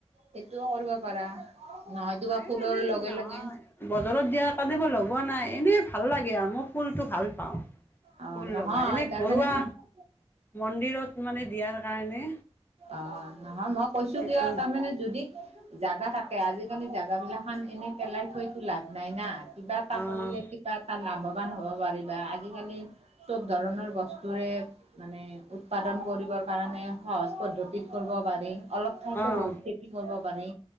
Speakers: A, on the right; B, on the left.
A: সেইটোও কৰিব পাৰা নহয়তো
B: নাই
A: বা ফুলৰ
B: এনে
A: লগে
B: নহয়
A: লগে
B: বজাৰত দিয়া কাৰণেই লগোৱা নাই এনে ভাল লাগে আৰু মই ফুলটো ভাল পাওঁ ফুল
A: অ নহয়
B: লগা এনে
A: তাৰমানে
B: ঘৰুৱা মন্দিৰত মানে দিয়াৰ কাৰণে
A: অঁ নহয় মই কৈছো
B: সেইটো
A: কিয় তাৰমানে যদি জাগা থাকে আজিকালি জেগা বিলাক খান এনেই পেলাই তো লাভ নাই না কিবা এটা
B: অ',
A: কৰিলে কিবা এটা লাভৱান হ'ব পাৰিবা আজিকালি চব ধৰণৰ বস্তুৰে মানে উৎপাদন কৰিবৰ কাৰণে সহজ পদ্ধতিত কৰিব পাৰি অলপ ঠাইতো
B: অ',
A: বহুত খেতি কৰিব পাৰি